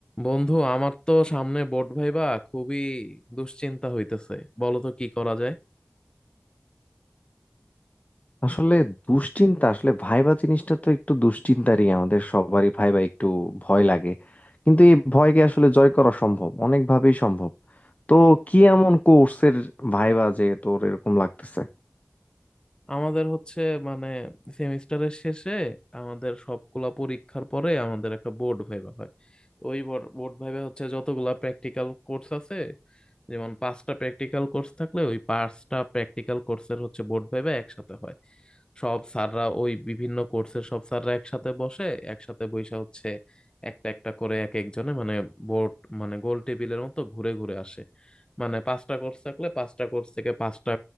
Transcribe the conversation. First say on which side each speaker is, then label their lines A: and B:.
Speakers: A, on the left (about 20°); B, on the left (about 35°).
A: বন্ধু আমার তো সামনে বোর্ড ভাইবা খুবই দুশ্চিন্তা হইতেছে বলো তো কি করা যায়
B: আসলে দুশ্চিন্তা আসলে ভাইবা জিনিসটা তো একটু দুশ্চিন্তারই আমাদের সবারই ভাইবা একটু ভয় লাগে কিন্তু এই ভয়কে আসলে জয় করা সম্ভব অনেকভাবেই সম্ভব তো কি এমন কোর্সের ভাইবা যে তোর এরকম লাগতেছে
A: আমাদের হচ্ছে মানে সেমিস্টারের শেষে আমাদের সবগুলা পরীক্ষার পরে আমাদের একটা বোর্ড ভাইবা হয় তো ওই বোর্ড ভাইবা হচ্ছে যতগুলা প্র্যাকটিক্যাল কোর্স আছে যেমন পাঁচটা প্র্যাকটিক্যাল কোর্স থাকলে ওই পাঁচটা প্র্যাকটিক্যাল কোর্সের হচ্ছে বোর্ড ভাইভা একসাথে হয় সব স্যাররা ওই বিভিন্ন কোর্সের সব স্যাররা একসাথে বসে একসাথে বৈশা হচ্ছে একটা একটা করে এক একজনে মানে বোর্ড মানে গোল টেবিলের মতো ঘুরে ঘুরে আসে মানে পাঁচটা কোর্স থাকলে পাঁচটা কোর্স থেকে পাঁচটা